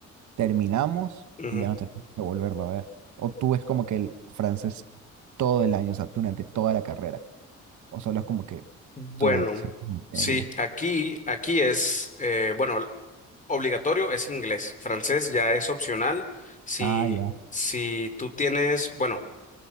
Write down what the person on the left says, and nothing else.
Ujú.
Bueno,
sí, aquí, aquí es, eh, bueno. obligatorio es inglés. Francés ya es opcional. Si,
si tú tienes, bueno,